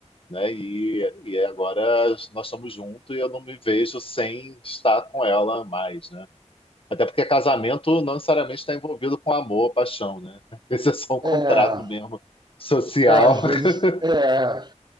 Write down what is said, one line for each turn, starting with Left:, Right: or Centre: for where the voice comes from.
Left: né? E, e agora nós estamos juntos e eu não me vejo sem estar com ela mais, né? Até porque casamento não necessariamente está envolvido com amor, paixão, né? <laughs> Esse é só um contrato
Right: É,
Left: mesmo social.
Right: é, às vezes,
Left: <laughs>
Right: é,